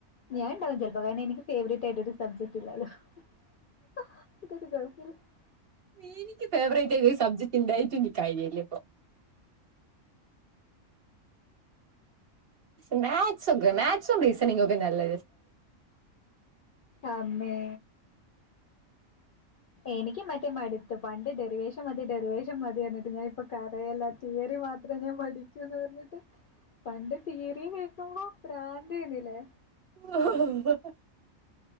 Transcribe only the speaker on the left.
ഞാൻണ്ടാവും ചെൽപ്പോ കാര്ണം എനിക്ക് ഫേവെറേയ്റ്റായിട്ടാെര് സബ്ജെക്ട്ല്ലല്ലോ <unintelligible>
അമ്മേ എനിക്ക്യും മറ്റേ മട്ത്ത് പണ്ട് ഡെറിവേഷം മതി ഡെറിവേഷം മതി എന്നിട്ട് ഞാൻ ഇപ്പം കരയെലാ തിയെറി മാത്രേ ഞാൻ പഠിക്ക്യൂന്ന് പർഞ്ഞ്ട്ട് പണ്ട് തിയെറിയും കേക്കുമ്പാെ പ്രാന്തേനിലേ